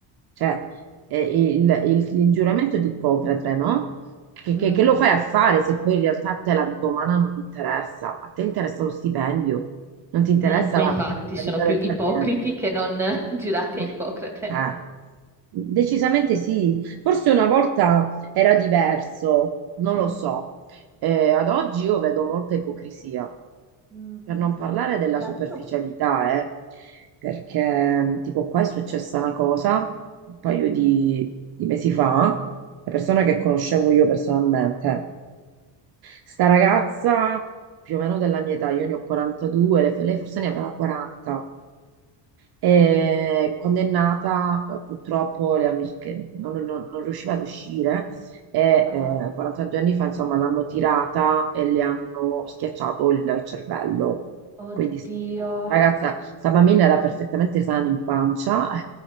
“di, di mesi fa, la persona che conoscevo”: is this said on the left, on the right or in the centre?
Right